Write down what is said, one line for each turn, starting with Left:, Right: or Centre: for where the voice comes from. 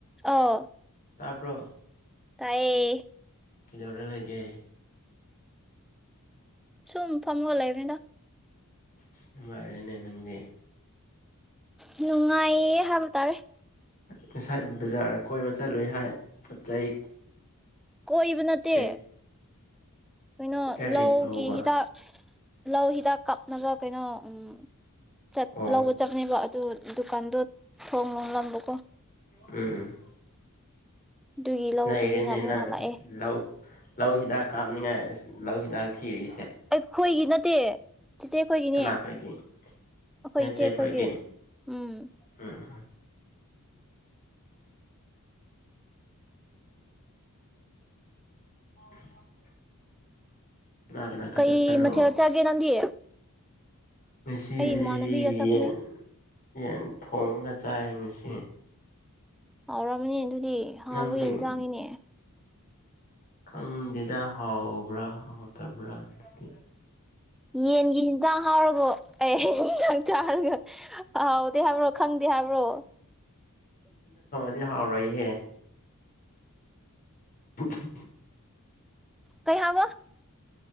Centre: ꯑ
Left: ꯇꯥꯕꯔꯣ
Centre: ꯇꯥꯏꯌꯦ
Left: ꯀꯗꯧꯔ ꯂꯩꯒꯦ
Centre: ꯁꯨꯝ ꯐꯝꯒ ꯂꯩꯕꯅꯦꯗꯥ
Left: ꯑꯁ ꯅꯨꯡꯉꯥꯏꯔꯦꯅꯦ ꯅꯪꯗꯤ
Centre: ꯅꯨꯡꯉꯥꯏꯌꯦ ꯍꯥꯏꯕ ꯇꯥꯔꯦ
Left: ꯉꯁꯥꯏ ꯕꯖꯥꯔ ꯀꯣꯏꯕ ꯆꯠꯂꯨꯏ ꯍꯥꯏ ꯄꯣꯠ ꯆꯩ
Centre: ꯀꯣꯏꯕ ꯅꯠꯇꯦ
Left: ꯀꯩ
Centre: ꯀꯩꯅꯣ
Left: ꯀꯔꯤ
Centre: ꯂꯧꯒꯤ
Left: ꯇꯧꯕ
Centre: ꯍꯤꯗꯥꯛ ꯂꯧ ꯍꯤꯗꯥꯛ ꯀꯥꯞꯅꯕ ꯀꯩꯅꯣ ꯎꯝ ꯆꯠ
Left: ꯑꯣ
Centre: ꯂꯧꯕ ꯆꯞꯅꯤꯕ ꯑꯗꯨ ꯗꯨꯀꯥꯟꯗꯣ ꯊꯣꯡ ꯂꯣꯂꯝꯕꯀꯣ
Left: ꯎꯝ
Centre: ꯑꯗꯨꯒꯤ ꯂꯧ
Left: ꯅꯩꯔꯦꯅꯦ
Centre: ꯇꯕꯤꯅ ꯑꯃꯨꯛ
Left: ꯅꯪ
Centre: ꯍꯜꯂꯛꯑꯦ
Left: ꯑꯁ ꯂꯧ ꯂꯧ ꯍꯤꯗꯥꯛ ꯀꯥꯞꯅꯤꯡꯉꯥꯏ ꯂꯧ ꯍꯤꯗꯥꯛ ꯊꯤꯔꯤ
Centre: ꯑꯩꯈꯣꯏꯒꯤ ꯅꯠꯇꯦ ꯆꯤꯆꯦ ꯑꯩꯈꯣꯏꯒꯤꯅꯦ
Left: ꯀꯅꯥ ꯈꯣꯏꯒꯤ
Centre: ꯑꯩꯈꯣꯏ
Left: ꯅꯣꯏ
Centre: ꯏꯆꯦ
Left: ꯆꯦ
Centre: ꯑꯩꯈꯣꯏꯒꯤ
Left: ꯈꯣꯏꯒꯤ
Centre: ꯎꯝ
Left: ꯎꯝ <inaudible>
Centre: ꯀꯩ
Left: ꯆꯠꯄꯅꯣ
Centre: ꯃꯊꯦꯜ ꯆꯥꯒꯦ ꯅꯪꯗꯤ
Left: ꯉꯁꯤ
Centre: ꯑꯩ ꯏꯃꯥꯟꯅꯕꯤꯒ ꯆꯠꯄꯅꯦ
Left: ꯌꯦꯟ ꯌꯦꯟ ꯊꯣꯡꯉꯒ ꯆꯥꯏ ꯉꯁꯤ
Centre: ꯍꯥꯎꯔꯝ ꯃꯅꯤ ꯑꯗꯨꯗꯤ ꯗꯤ ꯑꯍꯥꯎꯕ
Left: ꯅꯪꯗꯤ
Centre: ꯏꯟꯁꯥꯡꯅꯤꯅꯦ
Left: ꯈꯪꯗꯦꯗ ꯍꯥꯎꯕ꯭ꯔꯥ ꯍꯥꯎꯇꯕ꯭ꯔꯗꯤ
Centre: ꯌꯦꯟꯒꯤ ꯍꯖꯥꯡ ꯍꯥꯥꯎꯔꯒꯣ ꯑꯦ ꯆꯥꯛ ꯆꯥꯔꯒ ꯍꯥꯎꯇꯕꯔ ꯈꯪꯗꯦ ꯗꯤ ꯍꯥꯏꯕ꯭ꯔꯣ
Left: ꯗꯤ ꯍꯥꯎꯔꯣꯏ ꯍꯦ ꯍꯤꯍꯤ
Centre: ꯀꯩ ꯍꯥꯏꯕ